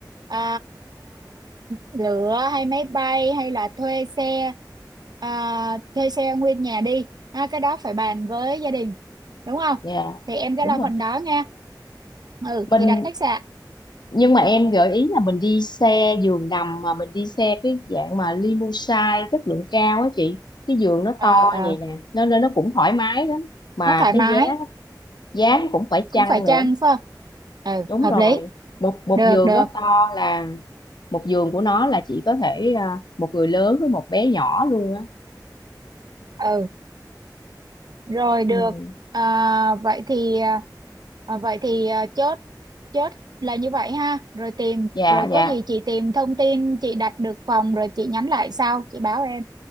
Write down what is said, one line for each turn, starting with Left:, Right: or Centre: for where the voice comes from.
Right: à, lửa hay máy bay hay là thuê xe à, thuê xe nguyên nhà đi ha, cái đó phải bàn với gia đình đúng không
Left: dạ
Right: thì em sẽ
Left: đúng
Right: lo
Left: rồi
Right: phần đó nha ừ
Left: mình
Right: chị đặt khách sạn
Left: nhưng mà em gợi ý là mình đi xe giường nằm mà mình đi xe cái dạng mà limousine chất lượng cao á chị cái giường nó
Right: ờ
Left: to
Right: ờ
Left: vậy nè nó nên nó cũng thoải mái lắm mà
Right: nó thoải
Left: cái
Right: mái
Left: giá giá nó cũng phải
Right: cũng
Left: chăng
Right: phải
Left: nữa
Right: chăng phải không ừ
Left: đúng
Right: hợp
Left: rồi
Right: lý
Left: một một
Right: được
Left: giường
Right: được
Left: nó to là một giường của nó là chỉ có thể à, một người lớn với một bé nhỏ luôn á
Right: ừ rồi được
Left: ừ.
Right: à, vậy thì à, vậy thì à, chốt chốt là như vậy ha rồi tìm
Left: dạ
Right: rồi có
Left: dạ
Right: gì chị tìm thông tin chị đặt được phòng rồi chị nhắn lại sau chị báo em